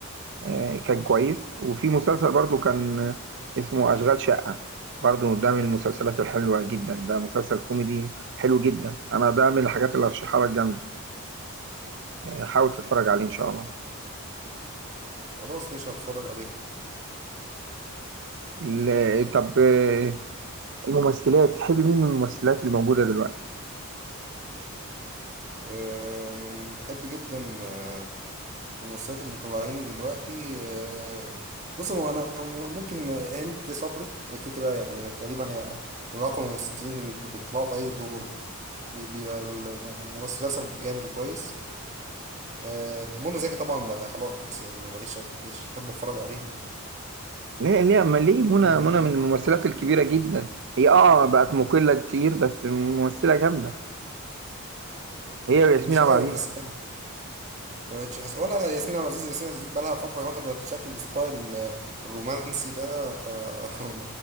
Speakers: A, on the right (about 55°); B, on the right (about 30°).
A: آه، كان كويس وفي مسلسل برضو كان آه، اسمه أشغال شقة برضو ده من المسلسلات الحلوة جدا ده مسلسل كوميدي حلو جدا انا ده من الحاجات اللي هرشحها لك جامدة آه، حاول تتفرج عليه ان شاء الله
B: خلاص مش هتفرج عليهم
A: ال- طب آه، الممثلات تحب مين من الممثلات الموجودة دلوقتي
B: أه بحب جدا آه، الممثلات اللي طالعين دلوقتي آه، بص هو انا ممكن ما- هند صبري هي كده كده يعني تقريبا هي من اقوى الممثلين اللي بيطل- بيطلعوا في اي دور بي- بيبقى المسلسل جامد وكويس آه، منى زكي طبعا بقى خلاص يعني ما بقتش بقتش احب اتفرج عليها
A: ليه ليه أما ليه منى
B: آه،
A: منى من الممثلات الكبيرة جدا هي اه بقت مقلة كتير بس ممثلة جامدة هي وياسمين
B: مش
A: عبد
B: عارف
A: العزيز
B: بس أنا ما بقتش احس ولا ياسمين عبد العزيز ياسمين عبد العزيز بقى لها فتره واخده شكل الستايل الرومانسي ده ف <laughs>